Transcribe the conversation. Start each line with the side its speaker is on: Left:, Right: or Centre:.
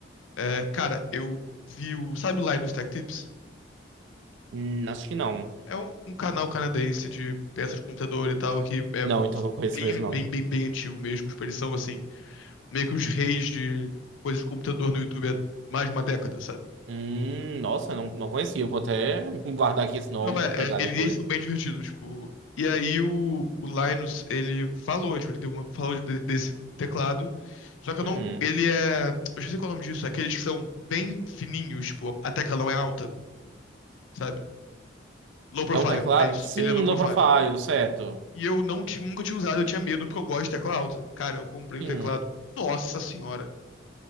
Left: É, cara, eu vi o, sabe o Linus Tech Tips?
Right: Hum, acho que não.
Left: É um, um canal canadense de peças de computador e tal, que é
Right: Não, então não conheço
Left: bem,
Right: mesmo, não.
Left: bem, bem, bem antigo mesmo. Tipo, eles são, assim, meio que os reis de coisas de computador no YouTube há mais de uma década, sabe?
Right: Hum, nossa, não, não conhecia. Vou até <laughs> guardar aqui esse nome
Left: Não, é,
Right: pra
Left: é,
Right: pegar
Left: ele-
Right: depois.
Left: eles são bem divertidos, tipo. E aí o, o Linus, ele falou, tipo, ele deu uma, falou de- desse teclado. Só que eu
Right: Uhum.
Left: não. Ele é. Eu esqueci qual é o nome disso. Aqueles que são bem fininhos, tipo, a tecla não é alta, sabe? Low profile,
Right: É um teclado?
Left: é isso.
Right: Sim,
Left: Ele é low profile.
Right: low profile, certo.
Left: E eu não tinha, nunca tinha usado, eu tinha medo, porque eu gosto de tecla alta. Cara, eu comprei o
Right: Sim.
Left: teclado. Nossa senhora.